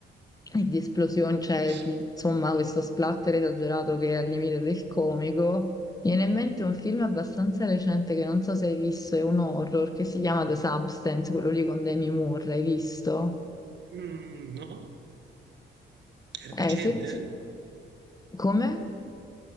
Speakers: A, on the left; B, on the right.
A: e di esplosioni, cioè
B: <clears throat>
A: di, insomma questo splatter esagerato che è al limite del comico. Mi viene in mente un film abbastanza recente che non so se hai visto, è un horror che si chiama The Substance, quello lì con Demi Moore, l'hai visto?
B: Mm, no? È recente?
A: Eh, se, se- come?